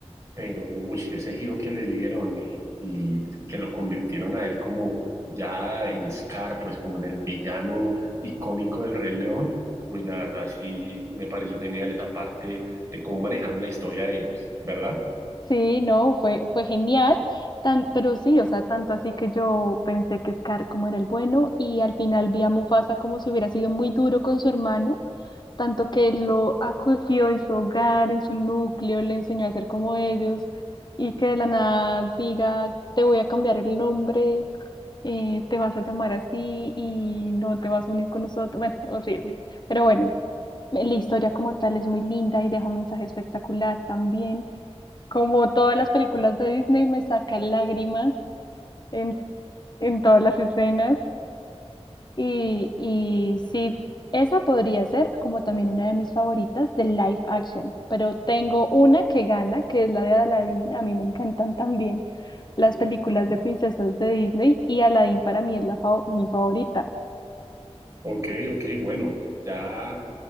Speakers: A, on the right (about 25°); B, on the left (about 40°).
A: pero uy, ese giro que le dieron y, y que lo convirtieron a él como ya en Scar, pues como en el villano icónico del Rey León, uy, la verdad sí me pareció genial esa parte de cómo manejaron la historia de ellos, ¿verdad?
B: Sí, no, fue, fue genial. Tan, pero sí, o sea, tanto así que yo pensé que Scar como era el bueno y al final vi a Mufasa como si hubiera sido muy duro con su hermano tanto que él lo acogió en su hogar, en su núcleo, le enseñó a ser como ellos, y que de la nada diga, te voy a cambiar el nombre, eh, te vas a llamar así y no te vas a unir con nosotros. Bueno, horrible. Pero bueno, la historia como tal es muy linda y deja un mensaje espectacular también. Como todas las películas de Disney, me saca lágrimas en, en todas las escenas. Y, y sí, esa podría ser como también una de mis favoritas de live action, pero tengo una que gana, que es la de Aladdin. A mí me encantan también las películas de princesas de Disney y Aladdin para mí es la fa- mi favorita.
A: Ok, ok, bueno, ya